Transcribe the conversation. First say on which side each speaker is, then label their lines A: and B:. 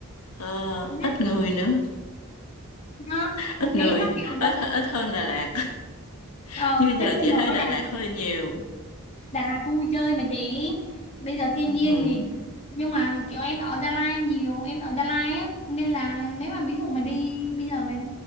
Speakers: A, on the left; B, on the left.
A: Ờ,
B: nó,
A: ít người nữa
B: nó
A: ít
B: không
A: người
B: khí nó kiểu
A: ít
B: đó
A: ít hơn Đà Lạt <laughs>
B: ờ
A: như
B: tất
A: giờ
B: nhiên
A: chị
B: rồi
A: thấy Đà Lạt hơi nhiều
B: Đà Lạt khu vui chơi mà chị bây giờ thiên
A: ừ.
B: nhiên thì nhưng mà kiểu em ở Gia Lai nhiều em ở Gia Lai á nên là nếu mà ví dụ mà đi bây giờ mà